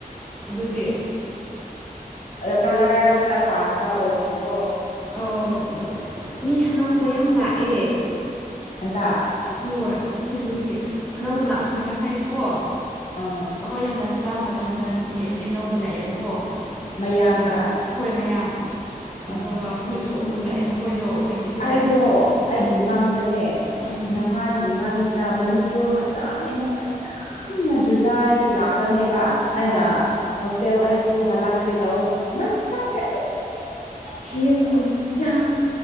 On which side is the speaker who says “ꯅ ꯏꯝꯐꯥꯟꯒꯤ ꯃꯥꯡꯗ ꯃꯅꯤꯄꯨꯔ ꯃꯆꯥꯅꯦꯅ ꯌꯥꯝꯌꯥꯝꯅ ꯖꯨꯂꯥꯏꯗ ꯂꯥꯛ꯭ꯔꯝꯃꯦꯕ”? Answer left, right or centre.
Left